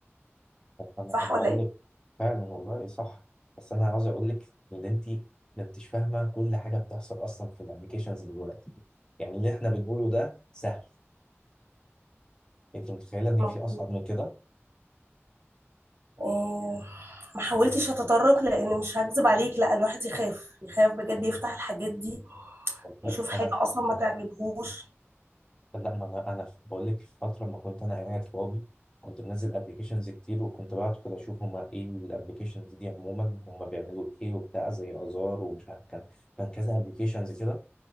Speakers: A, on the left; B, on the right.
A: انا
B: صح
A: انا
B: ولا
A: هقول
B: ايه
A: لك فعلا والله صح بس انا عاوز اقول لك ان انت ما انتش فاهمه كل حاجه بتحصل اصلا في الابلكيشنز دلوقتي يعني اللي احنا بنقوله ده سهل انت متخيله ان
B: مظبوط
A: في اصعب من كده
B: اه ما حاولتش اتطرق لان مش هكذب عليك لا الواحد يخاف يخاف بجد يفتح الحاجات دي
A: والله
B: يشوف حاجة
A: انا
B: اصلا ما تعجبهوش
A: لا ما انا انا بقول لك في فتره ما كنت انا قاعد فاضي كنت منزل ابلكيشنز كتير وكنت بدخل اشوف هما ايه الابلكيشنز دي عموما هما بيعملوا ايه وبتاع زي ازار ومش عارف كان كان كذا ابلكيشنز كده